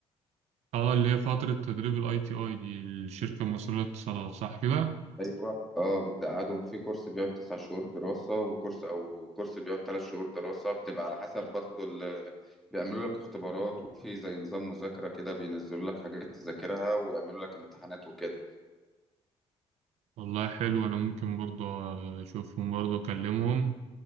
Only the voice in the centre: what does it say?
ايوه اه بتقعدهم في كورس بيقعد تسع شهور دراسه وكورس او كورس بيقعد ثلاث شهور دراسه بتبقى على حسب برضو ال... بيعملوا لك اختبارات وفي زي نظام مذاكره كده بينزلوا لك حاجات تذاكرها ويعملوا لك امتحانات وكده